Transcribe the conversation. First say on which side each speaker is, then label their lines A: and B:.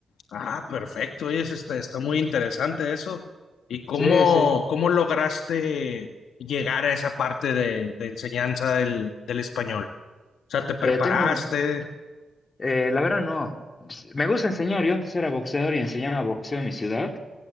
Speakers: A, on the left; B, on the left.
A: Ah, perfecto. Oye, eso está, está muy interesante eso. ¿Y cómo,
B: Sí, sí.
A: cómo lograste llegar a esa parte de, de enseñanza del, del español? O sea, ¿te preparaste?
B: Eh, tengo un, eh, la verdad no, me gusta enseñar, yo antes era boxeador y enseñaba boxeo en mi ciudad,